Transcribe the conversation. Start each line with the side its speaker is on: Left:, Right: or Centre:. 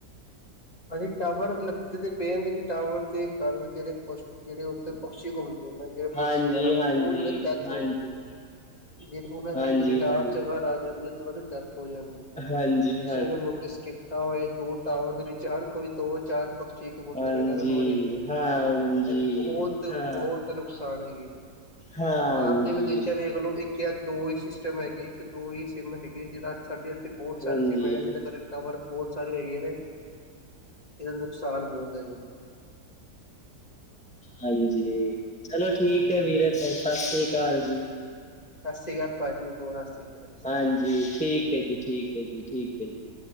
Left: ਹਾਂਜੀ, ਟਾਵਰ ਲੱਗਦੇ ਤੇ ਪਏ ਜਾਂਦੇ ਕਿ, ਟਾਵਰ ਦੇ ਕਾਰਨ ਜਿਹੜੇ ਪਸ਼ ਜਿਹੜੇ ਉੱਤੇ ਪਕਸੀ਼ ਘੁੰਮਦੇ ਨਾ ਜਿਹੜੇ, ਬਰਡਸ
Centre: ਹਾਂਜੀ
Left: ਵਗੈਰਾ
Centre: ਹਾਂਜੀ
Left: ਉਹ ਡੈਥ
Centre: ਹਾਂਜੀ
Left: ਹੁੰਦੀ। ਜ ਉਹਨਾਂ
Centre: ਹਾਂਜੀ
Left: ਦੇ ਰਿਟਾਇਰ'ਚ
Centre: ਹਾਂਜੀ
Left: ਅਗਰ ਆ ਜਾਂਦੇ ਉਹ ਦੀ ਡੈਥ ਹੋ ਜਾਂਦੀ। ਤੁਸੀਂ
Centre: ਹਾਂਜੀ
Left: ਅਗਰ ਨੋਟਿਸ ਕੀਤਾ ਹੋਏ, ਦੋ ਟਾਵਰ, ਦੇ, ਚਾਰ ਕੋਈ ਦੋ-ਚਾਰ ਪਕਸ਼ੀ, ਕਬੂਤਰ
Centre: ਹਾਂਜੀ
Left: ਵਗੈਰਾ ਮਰੇ,
Centre: ਹਾਂ ਹਾਂਜੀ ਹਾਂਜੀ
Left: ਇਹਦੇ ਬਹੁਤ-ਬਹੁਤ
Centre: ਹਾਂ
Left: ਨੁਕਸਾਨ ਹੈਗੀ।
Centre: ਹਾਂਜੀ
Left: ਬਾਹਰ ਦੇ ਵਿਦੇਸ਼ਾਂ ਦੇ ਲੋਕੀ ਦੋ ਹੀ ਸਿਸਟਮ ਹੈਗੇ, ਇੱਕ-ਦੋ ਹੀ ਸਿੰਮ ਹੈਗੇ, ਜਿਹੜ ਸਾਡੇ ਇੱਥੇ ਬਹੁਤ ਸਾਰੇ
Centre: ਹਾਂਜੀ
Left: ਸਿਮ ਹੈਗੇ ਜਿਹਦੇ ਕਰ ਟਾਵਰ ਬਹੁਤ ਸਾਰੇ ਹੈਗੇ ਨੇ। ਇਹਦਾ ਨੁਕਸਾਨ ਬਹੁਤ ਆ ਇਹਦੇ
Centre: ਹਾਂਜੀ, ਚਲੋ ਠੀਕ
Left: ਹਾਂਜੀ
Centre: ਹੈ ਵੀਰੇ,
Left: ਹਾਂਜੀ
Centre: ਫਿਰ, ਸਤਿ ਸ੍ਰੀ ਅਕਾਲ ਜੀ।
Left: ਸਤਿ ਸ੍ਰੀ ਅਕਾਲ, ਭਾਜੀ, ਸਤ ਸ਼੍ਰੀ ਅਕਾਲ।
Centre: ਹਾਂਜੀ, ਠੀਕ ਹੈ ਜੀ, ਠੀਕ ਹੈ ਜੀ, ਠੀਕ ਹੈ ਜੀ।